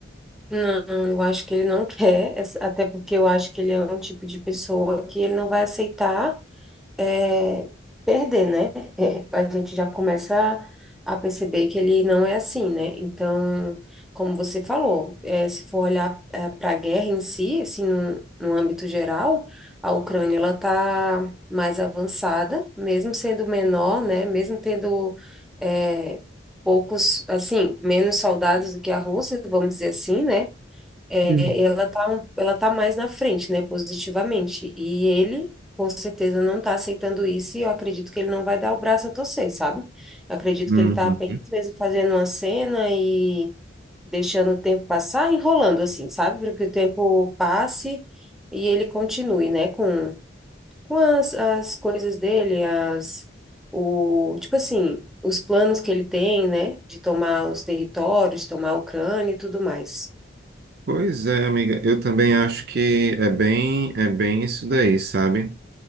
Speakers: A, in the centre; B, on the right.
A: Não, eu acho que ele não quer, essa- até porque eu acho que ele é um tipo de pessoa que ele não vai aceitar. é, perder, né? <laughs> a gente já começa a perceber que ele não é assim, né? Então, como você falou, é, se for olhar para a guerra em si, assim, no, no âmbito geral, a Ucrânia ela está mais avançada, mesmo sendo menor, né? Mesmo tendo é, poucos, assim, menos soldados do que a Rússia, vamos dizer assim, né? É,
B: Hum.
A: ela tá, um- ela tá mais na frente, né, positivamente. E ele, com certeza, não tá aceitando isso e eu acredito que ele não vai dar o braço a torcer, sabe? Eu acredito
B: Uhum.
A: que ele tá apenas mesmo fazendo uma cena e deixando o tempo passar, enrolando assim, sabe? Para que o tempo passe e ele continue, né, com, com as, as coisas dele, as, o, tipo assim, os planos que ele tem, né, de tomar os territórios, tomar a Ucrânia e tudo mais.
B: Pois é, amiga, eu também acho que é bem, é bem isso daí, sabe?